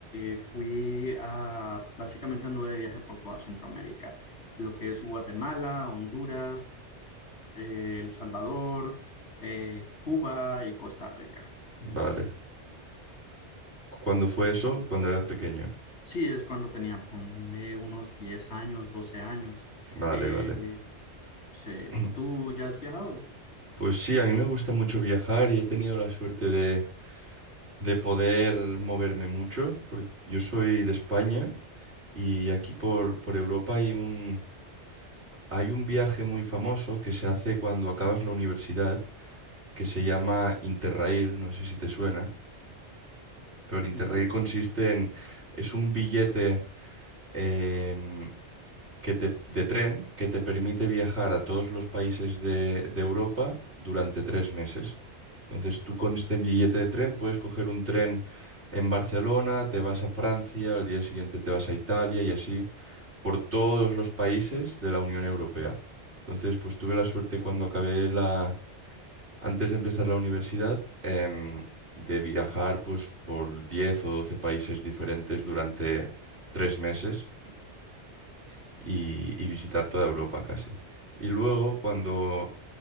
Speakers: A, on the left; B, on the right.
A: eh, fui a, básicamente anduve de viaje por toda Centroamérica, lo que es Guatemala, Honduras eh, El Salvador, eh, Cuba y Costa Rica.
B: Vale. ¿Cuándo fue eso? Cuando eras pequeño.
A: Sí, es cuando tenía, ponle unos 10 años, 12 años.
B: Vale,
A: Eh,
B: vale.
A: sí,
B: <clears throat>
A: ¿tú ya has viajado?
B: Pues sí, a mí me gusta mucho viajar y he tenido la suerte de, de poder moverme mucho, porque yo soy de España y aquí por, por Europa hay un, Hay un viaje muy famoso que se hace cuando acabas la universidad, que se llama Interrail, no sé si te suena, pero el Interrail
A: Mm,
B: consiste en, es un billete em, que te- de tren que te permite viajar a todos los países de, de Europa durante tres meses. Entonces tú con este billete de tren puedes coger un tren en Barcelona, te vas a Francia, al día siguiente te vas a Italia y así. por todos los países de la Unión Europea. Entonces, pues tuve la suerte cuando acabé la, antes de empezar la universidad, em, de viajar pues por 10 o 12 países diferentes durante tres meses <clears throat> y, y visitar toda Europa casi. Y luego cuando